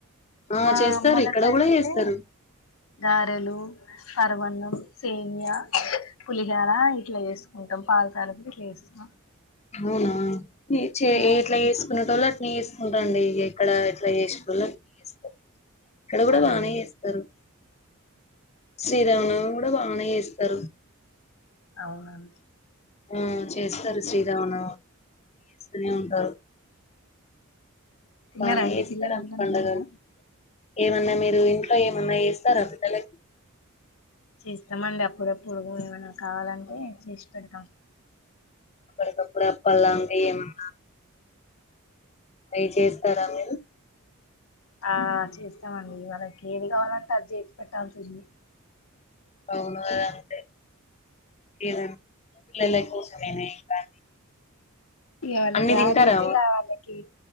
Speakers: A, on the left; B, on the left.
A: ఆ
B: మా
A: చేస్తారు
B: అమ్ముల
A: ఇక్కడ
B: సైడ్
A: కూడా
B: అయితే
A: చేస్తారు
B: గారెలు పరవన్నం సేమ్య పులి ఇట్లా చేసుకు ఉంటాం పాల తాలపు చేస్తాం
A: అవునా ని చె
B: ఇగ
A: ఎట్లా చెసుకునేటోళ్ళు అట్ నే చెసుకుంట్రాండి ఎక్కడ ఎట్లా చేసేటోళ్లు అట్నే చేస్తారు ఇక్కడ కూడా
B: అదేలే
A: బానే చేస్తారు శ్రీ రామనవమి కూడా బానే చెస్ టరు
B: అవునండి
A: ఆ చేస్తారు శ్రీరామనవ చేస్తానే ఉంటారు
B: తిన్నారా
A: బానే
B: అండి
A: చేస్తారు
B: పిల్లలు
A: అన్ని
B: అందరూ
A: పండుగలు
B: తిన్నారా
A: ఏమన్నా మీరు ఇంట్లో ఏమన్నా చేస్తారా పిల్లకి
B: చేస్తామండి అప్పుడుప్పుడు ఏమైనా కావాలంటే చేసి పెడుతాం
A: <unintelligible> ప్పుడప్పలాంటియి ఏమన్న అయి చేస్తారా మీరు
B: ఆ చేస్తామండి వాళ్ళకి ఏది కావాలి అంటే అది చేసి పెట్టాల్సింది
A: అవును కదా అంతే ఏదైనా పిల్లల కోసమేనయే ఇంకా
B: ఇగ వాళ్ళ
A: అన్ని
B: డాడీ
A: తింటారా
B: అయితే ఇగ వాళ్ళకి